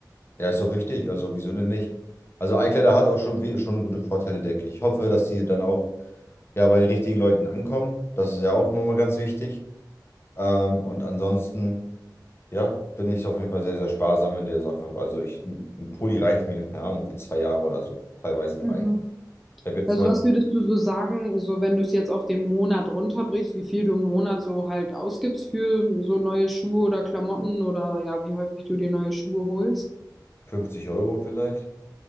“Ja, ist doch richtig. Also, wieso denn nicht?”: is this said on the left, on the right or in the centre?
Left